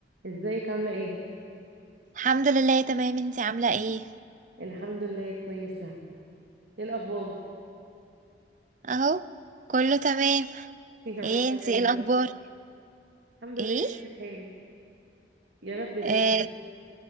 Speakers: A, on the right; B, on the right.
A: ازيك عاملة ايه؟
B: الحمد لله تمام انتي عاملة ايه
A: الحمد لله كويسة ايه الأخبار؟
B: اهو كله تمام
A: <laughs> يا
B: ايه
A: رب
B: انتي
A: دايما
B: ايه الاخبار
A: الحمد لله
B: ايه
A: في الحال يا رب دايما
B: آه